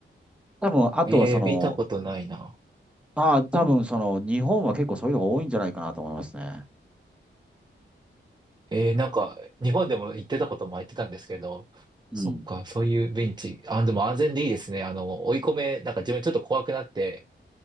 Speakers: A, in the centre; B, on the right (about 20°).
A: 多分、あとはその、
B: えー、見たことないな。
A: ああ、多分その日本は結構そういうのが多いんじゃないかなと思いますね。
B: えー、なんか、日本でも行ってたことも言ってたんですけど、
A: うん。
B: そっか、そういうベンチ。あ、でも安全でいいですね。あの、追い込め、なんか自分ちょっと怖くなって、